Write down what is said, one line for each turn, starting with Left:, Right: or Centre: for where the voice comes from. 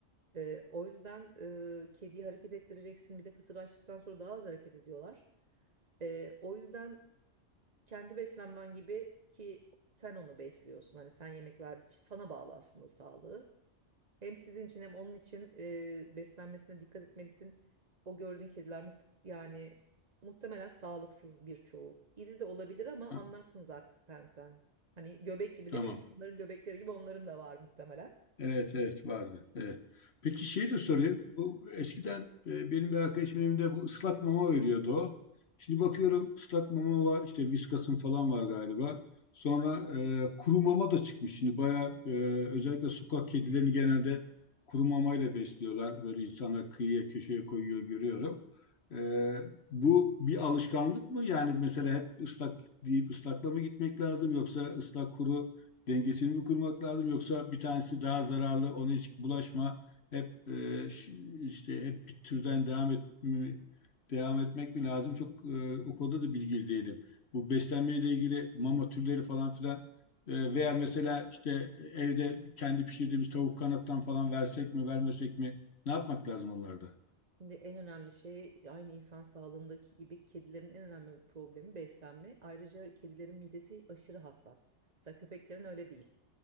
Right: Ee, o yüzden e, kediyi hareket ettireceksin. Bir de kısır açtıktan sonra daha az hareket ediyorlar. Ee, o yüzden kendi beslenmen gibi ki sen onu besliyorsun. Hani sen yemek verdiği için sana bağlı aslında sağlığı. Hem sizin için hem onun için e, beslenmesine dikkat etmelisin. O gördüğün kediler muht- yani muhtemelen sağlıksız birçoğu. İri de olabilir ama
Left: Ha,
Right: anlarsın zaten sen. Hani göbek gibi
Left: tamam.
Right: değil mi? İnsanların göbekleri gibi onların da var muhtemelen.
Left: Evet evet vardı. Evet. Peki şey de sorayım. Bu eskiden e, benim bir arkadaşımın evinde bu ıslak mama veriyordu o. Şimdi bakıyorum ıslak mama var işte Whiskas'ın falan var galiba. Sonra e, kuru mama da çıkmış. Şimdi bayağı e, özellikle sokak kedilerini genelde kuru mamayla besliyorlar. Böyle insanlar kıyıya köşeye koyuyor görüyorum. E, bu bir alışkanlık mı? Yani mesela hep ıslak deyip ıslakla mı gitmek lazım yoksa ıslak kuru dengesini mi kurmak lazım yoksa bir tanesi daha zararlı ona hiç bulaşma hep e, ş- işte hep bir türden devam et mi- devam etmek mi lazım? Çok e, o konuda da bilgili değilim. Bu beslenmeyle ilgili mama türleri falan filan e, veya mesela işte evde kendi pişirdiğimiz tavuk kanattan falan versek mi vermesek mi? Ne yapmak lazım onlarda?
Right: Şimdi en önemli şey aynı insan sağlığındaki gibi kedilerin en önemli problemi beslenme. Ayrıca kedilerin midesi aşırı hassas. Mesela köpeklerin öyle değil.